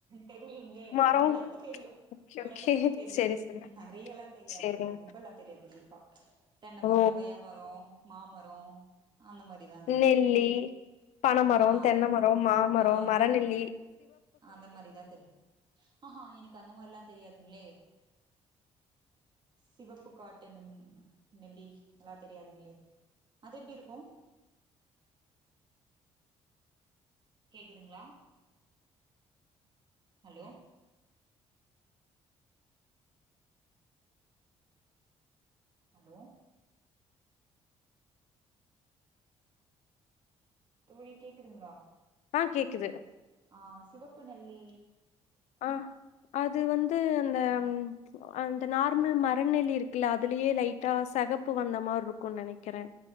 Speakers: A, on the right; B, on the left.
A: தெரிலீங்களே
B: மரோ
A: ஓரளவுக்கு தெரியு
B: ஓகே
A: ஓரளவுக்கு
B: ஓகே
A: தெரியு
B: செரி செரி
A: நெறையல்லா தெரியாது
B: செரிங்
A: ரொம்பெல்லா தெரியாது டி கா தென்ன மரம்
B: ஓ
A: கொய்யா மரம் மாமரோ அந்த மாரிதா தெரியு
B: நெல்லி பனமரோ
A: ஆ
B: தென்ன மரோ மாமரோ
A: ஆ
B: மர நெல்லி
A: அந்த மாரிதா தெரியு ஆஹா எனக்கு அந்த மாரிலாந் தெரியாதுங்களே சிவப்பு காட்டுன்னந் நெல்லி எல்லா தெரியாதுங்களே அது எப்டி இருக்கு கேக்குதுங்களா ஹலோ ஹலோ தோழி கேக்குதுங்களா
B: ஆ கேக்குது
A: ஆ சிவப்புநெல்லி
B: ஆ அது வந்து அந்த ம் அந்த நார்மல் மரநெல்லி இருக்குல்ல அதுலயே லைட்டா செகப்பு வந்த மாரி இருக்குனு நெனைக்கிறே